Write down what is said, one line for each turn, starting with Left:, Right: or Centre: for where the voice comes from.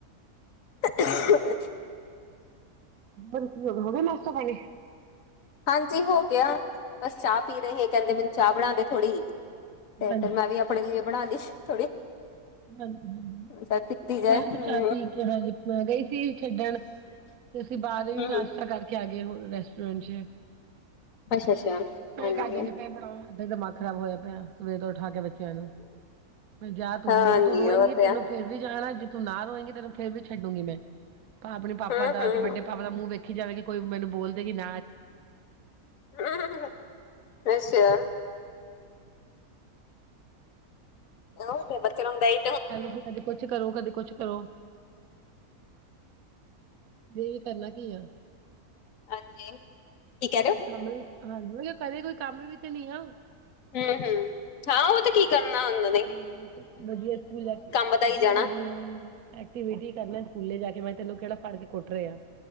Left: <unintelligible>
Right: ਹੋ ਗਿਆ ਨਾਸ਼ਤਾ ਪਾਣੀ?
Left: ਹਾਂਜੀ ਹੋ ਗਿਆ ਬਸ ਚਾਹ ਪੀ ਰਹੇ ਸੀ ਕਹਿੰਦੇ ਮੈਨੂੰ ਚਾਹ ਬਣਾਦੇ ਥੋੜ੍ਹੀ।
Right: ਹਾਂਜੀ
Left: ਤੇ ਮੈਂ ਵੀ ਆਪਣੇ ਲਈ ਬਣਾਲੀ ਥੋੜੀ।
Right: ਹਾਂਜੀ ਹਾਂਜੀ।
Left: ਚਾਹ ਪੀਤੀ।
Right: ਮੈਂ ਵੀ
Left: ਹੂੰ,
Right: ਚਾਹ ਪੀ ਕੇ ਹੱਜ ਜਾਂ ਮੈਂ ਗਈ ਖੇਡਣ ਸੀ ਉਸ ਤੋਂ ਬਾਅਦ ਵੀ
Left: ਹੂੰ-ਹੂੰ।
Right: ਨਾਸ਼ਤਾ ਕੀਤਾ ਸੀ ਗਏ ਹੋ ਰੈਸਟੋਰੈਂਟ ਚ
Left: ਅੱਛਾ-ਅੱਛਾ
Right: <unintelligible>
Left: ਹਾਂਜੀ,
Right: ਇਦਾਂ ਦਿਮਾਗ ਖ਼ਰਾਬ ਹੋਇਆ ਪਿਆ ਸਵੇਰੇ ਤੋਂ ਉੱਠ ਕੇ ਬੱਚਿਆਂ ਨੂੰ ਮੈਂ ਜਗਾ ਤੂੰ
Left: ਹਾਂਜੀ
Right: ਮੈਂ ਕਿਹਾ ਤੂੰ ਰੋਵੇਂਗੀ
Left: ਉਹ ਤੇ
Right: ਤਿੰਨੋ
Left: ਆ
Right: ਫਿਰ ਵੀ ਜਾਣਾ ਜਿੱਥੇ ਨਾ ਹੋਵੇਗੀ ਤੈਨੂੰ ਫਿਰ ਛੱਡਾਂਗੀ ਮੈਂ ਆਪਣੇ ਪਾਪ
Left: ਹੂੰ-ਹੂੰ।
Right: ਦਾ ਤੇ ਵੱਡੇ ਪਾਪ ਦਾ ਮੂੰਹ ਵੇਖ ਵੇਖੀ ਜਾਵੇਗੀ ਕੋਈ ਮੈਨੂੰ ਕੁਝ ਬੋਲਦਾ ਹੀ ਨਾ
Left: ਹੂ ਪੈਸੇਦਾਰ ਐਵੇਂ ਬੱਚਾਰਨ ਦਈ
Right: ਸਾਨੂੰ ਕੀ ਕਦੇ ਕੁਝ ਕਰੋ ਕਦੇ ਕੁਝ ਕਰੋ। ਸੀ ਕਰਨਾ ਕੀ ਹੈ
Left: ਹਾਂਜੀ ਠੀਕ ਹੈ।
Right: ਕੰਮ ਵੀ ਹੈ ਹਾਂਜੀ ਘਰੇ ਕੋਈ ਕੰਮ ਵੀ ਤਾਂ ਨਹੀਂ ਹੈ।
Left: ਹੂ ਹੂ ਹਾਂ ਉਹ ਤਾਂ ਕੀ ਕਰਨਾ ਅੰਦਨ
Right: ਹੂ ਵਧੀਆ ਸਕੂਲ ਆ ਕੇ
Left: ਵਧਾਈ
Right: ਹਾਂਜੀ।
Left: ਜਾਣਾ
Right: ਐਕਟੀਵਿਟੀ ਕਰ ਲਿਆ ਸਕੂਲ ਜਾ ਕੇ ਮੈਂ ਤੈਨੂੰ ਕਿਹੜਾ ਫੜ ਕੇ ਕੁੱਟ ਰਿਹਾ ਹਾਂ